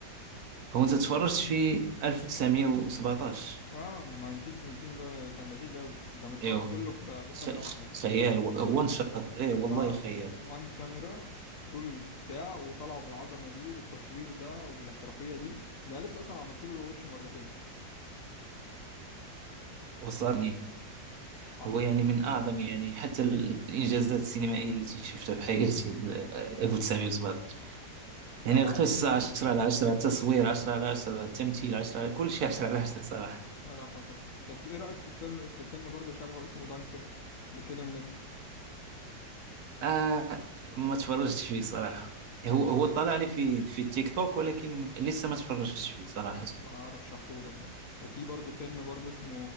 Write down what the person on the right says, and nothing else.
هو انت تفرجت في 1917
ايوه
ف-
خيال و- وان شوت ايه والله
خيال
وصلني
هو يعني من اعظم يعني حتى الانجازات السينمائيه التي شفتها في حياتي ال- 1917 يعني
القصه
10 على 10 التصوير 10 على 10 التمثيل 10 على كل شيء 10 على 10 صراحه
آه ما تفرجتش فيه صراحه هو
هو
طلع لي في في تيك توك ولكن لسه ما تفرجتش فيه صراحه